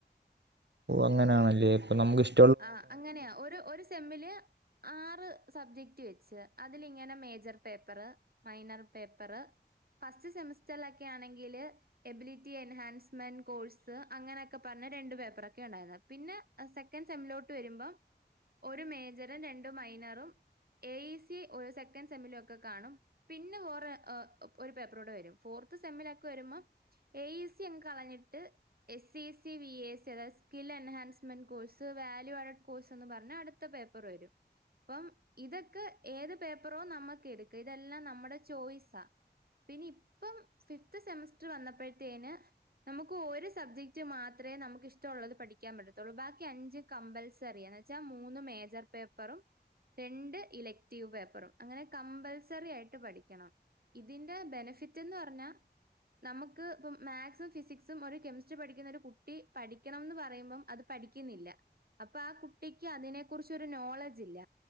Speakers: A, on the right; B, on the right.
A: ഓഹ് അങ്ങനെയാണല്ലേ ഇപ്പ നമുക്കിഷ്
B: ആഹ് അങ്ങനെയാ ഒരു ഒരു സെമ്മില് ആറ് സബ്ജക്ടു വെച്ച് അതിലിങ്ങനെ major paper minor paper first സെമസ്റ്ററിലൊക്കെ ആണെങ്കില് എബിലിറ്റി എൻഹാൻസ്മെന്റ് കോഴ്സ് അങ്ങനെയൊക്കെ പറഞ്ഞ രണ്ട് പേപ്പറൊക്കെ ഉണ്ടായിരുന്നു പിന്നെ അത് സെക്ക സെക്കൻ സെമ്മിലോട്ട് വരുമ്പം ഒരു മേജറും രണ്ടു മൈനറും എ. ഇ. സി ഒരു സെക്കൻ സെമ്മിലുവൊക്കെ കാണും പിന്നെ വേറെ എഹ് ഒരു പേപ്പറൂടെ വരും ഫോർത്തു സെമ്മിലൊക്കെ വരുമ്പം എ ഇ സി അങ്ങ് കളഞ്ഞിട്ട് S C C V A S C അതായത് skill enhancement course value added കോഴ്സെന്നു പറഞ്ഞ അടുത്ത പേപ്പർ വരും അപ്പം ഇതൊക്കെ ഏത് പേപ്പറോ നമ്മുക്കെടുക്കും ഇതെല്ലാം നമ്മുടെ ചോയ്സാ പിന്നെയിപ്പം ഫിഫ്തു സെമസ്റ്റർ വന്നപ്പഴത്തേന് നമുക്ക് ഒരു സബ്ജക്റ്റ് മാത്രേ നമുക്കിഷ്ടമുള്ളതു പഠിക്കാൻ പറ്റത്തൊള്ളൂ ബാക്കി അഞ്ച് കമ്പൽസറി എന്നു വെച്ചാ മൂന്നു മേജർ പേപ്പറും രണ്ട് ഇലക്റ്റീവു പേപ്പറും അങ്ങനെ കമ്പൽസറിയായിട്ടു പഠിക്കണം ഇതിന്റെ ബെനഫിറ്റെന്നു പറഞ്ഞാ നമുക്ക് ഇപ്പം മാത്സും, ഫിസിക്സും, ഒരു കെമിസ്ട്രി പഠിക്കുന്നയൊരു കുട്ടി പഠിക്കണമെന്നു പറയുമ്പം അത് പഠി ക്കുന്നില്ല, അപ്പൊ ആ കുട്ടിക്കതിനെ കുറിച്ചൊരു നോളജില്ല